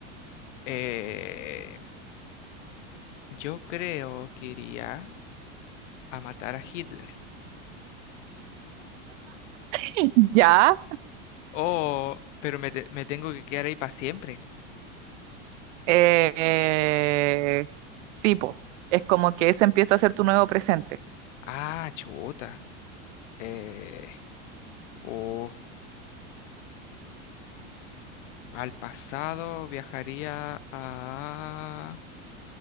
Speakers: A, on the left; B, on the right.
A: Eh, yo creo que iría a matar a Hitler.
B: <laughs> Ya,
A: Oh, pero me, te- me tengo que quedar ahí para siempre.
B: eh, sí, po. Es como que ese empieza a ser tu nuevo presente.
A: Ah, chuta. Eh, o al pasado viajaría a